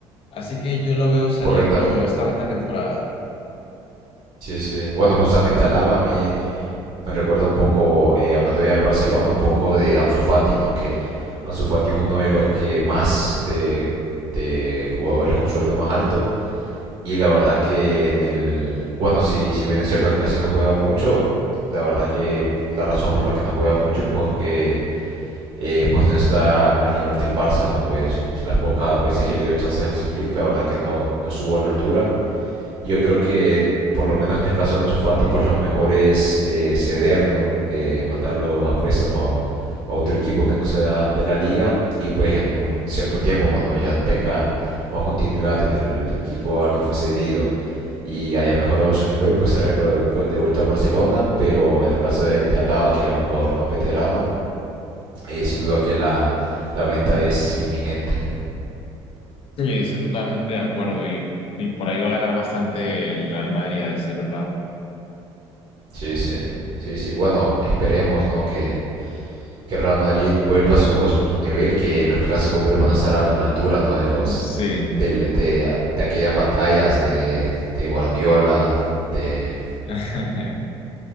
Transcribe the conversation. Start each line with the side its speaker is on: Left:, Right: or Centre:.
Left: Así que yo lo veo saliendo
Right: Correcto.
Left: esta misma temporada.
Right: Sí, sí. Bueno, justamente al lava a mí me recuerda un poco, eh, hablando ya del Barcelona, un poco de Ansu Fati, ¿no? Que Ansu Fati es uno de los que más de, de jugadores con sueldo más alto Y la verdad que en el... Bueno, si, si bien es cierto que casi no juega mucho, la verdad que la razón por la que no juega mucho es porque eh, pues no está al nivel del Barça, ¿no? Pues las pocas veces que le dio chance a Hansi Flick, la verdad que no, no subo a la altura. Yo creo que, por lo menos en el caso de Ansu Fati, pues lo mejor es eh, cederlo, eh, mandarlo a préstamo a, a otro equipo que no sea de la liga y pues en un cierto tiempo, cuando ya tenga más continuidad en el equipo al que fue cedido y haya mejorado su nivel, pues traerlo de, vuelta a Barcelona. Pero en el caso de, de Alaba, que es un jugador más veterano, eh, sin duda que la, la venta es inminente.
Left: Sí, estoy totalmente de acuerdo y, y por ahí va a ganar bastante el Real Madrid, a decir verdad.
Right: Sí, sí, sí, sí. Bueno, esperemos, ¿no? Que, que Real Madrid vuelva a su, a su nivel y que los clásicos vuelvan a estar a, a la altura, ¿no? De los
Left: Sí.
Right: del- de, de aquellas batallas de, de Guardiola, de,
Left: <laughs>